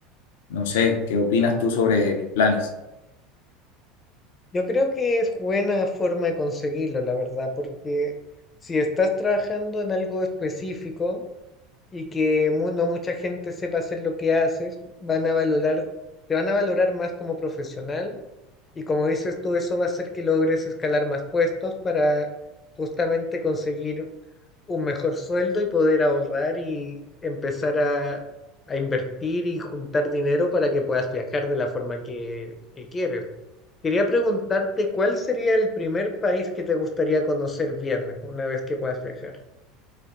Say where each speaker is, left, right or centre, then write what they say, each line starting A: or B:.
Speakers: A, on the left; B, on the left.
A: no sé, ¿qué opinas tú sobre mis planes?
B: Yo creo que es buena forma de conseguirlo, la verdad, porque si estás trabajando en algo específico y que mu- no mucha gente sepa hacer lo que haces, van a valorar, te van a valorar más como profesional y como dices tú, eso va a hacer que logres escalar más puestos para justamente conseguir un mejor sueldo y poder ahorrar y empezar a, a invertir y juntar dinero para que puedas viajar de la forma que, que quieres. Quería preguntarte cuál sería el primer país que te gustaría conocer bien una vez que puedas viajar.